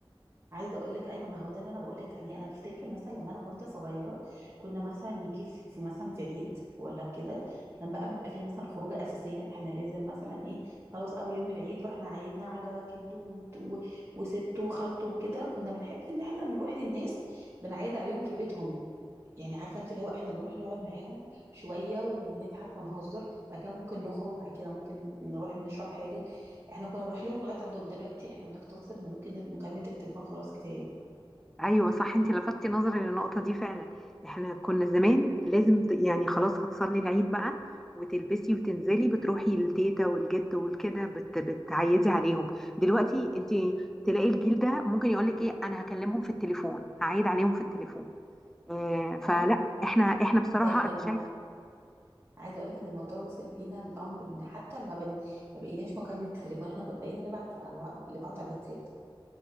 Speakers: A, on the right; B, in the centre.
A: عايزه اقول لك ايوه ما هو ده اللي انا بقول لك عليه انا بفتكر مثلا لما انا كنت صغيره كنا مثلا نيجي في في مثلا في عيد ولا في كده كان بقى بيبقى في مثلا خروجه اساسيه احنا لازم مثلا ايه خلاص اول يوم العيد رحنا عيدنا على جده وت- و- وسته وخالته وكده كنا بنحب ان احنا نروح للناس بنعيد عليهم في بيتهم يعني عارفه انت اللي هو احنا بنروح نقعد معاهم شويه ونضحك ونهزر بعد كده ممكن نخرج بعد كده ممكن نروح نشرب حاجه احنا كنا بنروح لهم لغايه عندهم دلوقتي احنا بنقتصر ان ممكن مكالمه التليفون خلاص كفايه
B: ايوه صح انت لفتي نظري للنقطه دي فعلا احنا كنا زمان لازم ت- يعني خلاص هتصلي العيد بقى وتلبسي وتنزلي بتروحي للتيتا والجد والكده بت بتعيدي عليهم دلوقتي انت تلاقي الجيل ده ممكن يقولك ايه انا هكلمهم في التليفون هعيد عليهم في التليفون آه فلا
A: اه
B: احنا احنا بصراحه
A: ده
B: انا
A: الموضوع
B: شايفه
A: عايزه اقول لك ان الموضوع وصل بينا الامر ان حتى ما بن ما بقيناش مكالمه تليفون احنا كنا- بقينا نبعت على الوا- لبعض على الواتساب